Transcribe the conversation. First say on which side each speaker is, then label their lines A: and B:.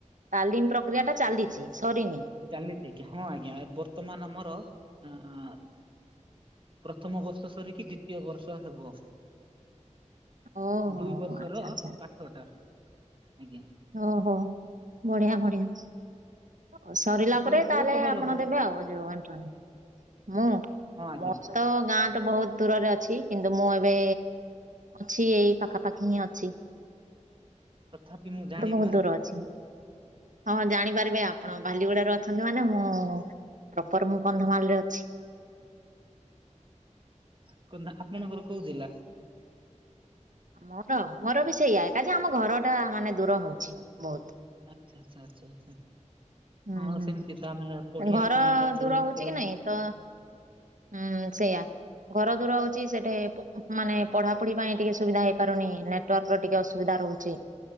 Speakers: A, on the right (about 85°); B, on the right (about 40°).
A: ତାଲିମ ପ୍ରକ୍ରିୟା ଟା ଚାଲିଚି ସରିନି?
B: ଚାଲିଚି ଆଜ୍ଞା ହଁ ଆଜ୍ଞା ବର୍ତ୍ତମାନ ଆମର ଅ ପ୍ରଥମ ବର୍ଷ ସରିକି ଦ୍ଵିତୀୟ ବର୍ଷ ହେବ।
A: ଓହୋ
B: ଦୁଇ ବର୍ଷର
A: ଆଚ୍ଛା ଆଚ୍ଛା
B: ପାଠ ଟା ଆଜ୍ଞା।
A: ଓହୋ ବଢିଆ ବଢିଆ। ଉ ସରିଲା
B: ଆପଣ
A: ପରେ ତାହେଲେ
B: କୋଉ ସହରରୁ
A: ଆପଣ ଦେବେ ଆଉ ଯୋଉ ଏନ୍ଟ୍ରାନ୍ସ ମୁଁ
B: ହଁ ଆଜ୍ଞା
A: ମୋର ତ ଗାଁ ତ ବହୁତ ଦୂରରେ ଅଛି କିନ୍ତୁ ମୁଁ ଏବେ ଅଛି ଏଇ ପାଖାପାଖି ହିଁ ଅଛି।
B: ତଥାପି ମୁଁ ଜାଣି
A: ବହୁତ୍ ଦୂର ଅଛି। ହଁ ଜାଣିପାରିବେ ଆପଣ ବାଲିଗୁଡାରେ ଅଛନ୍ତି ମାନେ ମୁଁ ପ୍ରପର ମୁଁ କନ୍ଧମାଳ ରେ ଅଛି।
B: ଓହୋ କନ୍ଧ ଆପଣଙ୍କର କୋଉ ଜିଲ୍ଲା?
A: ମୋର ମୋର ବି ସେଇଆ ଏକା ଯେ ଆମ ଘର ଟା ମାନେ ଦୂର ହୋଉଚି ବୋହୁତ।
B: ଆଚ୍ଛା ଆଚ୍ଛା ଆଚ୍ଛା ଆଚ୍ଛା
A: ହୁଁ
B: ହଁ
A: ହୁଁ।
B: ସେମିତି ତ ଆମେ ପଢିବା
A: ଘର
B: ପାଇଁକା
A: ଦୂର
B: ଯୋଉ କ୍ଷେତ୍ରକୁ
A: ହଉଛି କି ନାଇଁ ତ ହୁଁ ସେୟା। ଘର ଦୂର ହୋଉଚି ସେଠି ପ ମାନେ ପଢାପଢି ପାଇଁ ଟିକେ ସୁବିଧା ହେଇପାରୁନି ନେଟ୍ ନେଟୱାର୍କର ଟିକେ ଅସୁବିଧା ରହୁଚି।